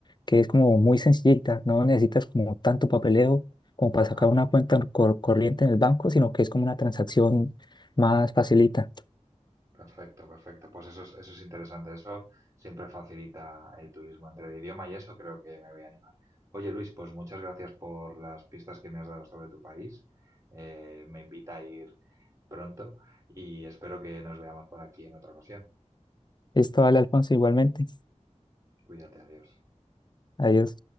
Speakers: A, on the left; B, on the right.
A: que es como muy sencillita, no necesitas como tanto papeleo como para
B: Ajá,
A: sacar una cuenta cor- corriente en el banco, sino que es como una transacción más facilita.
B: perfecto, perfecto. Pues eso es, eso es interesante. Eso siempre facilita el turismo entre el idioma y eso creo que me voy a animar. Oye, Luis, pues muchas gracias por las pistas que me has dado sobre tu país. Eh, me invita a ir pronto y espero que nos veamos por aquí en otra ocasión.
A: Esto vale, Alfonso, igualmente.
B: Cuídate, adiós.
A: Adiós.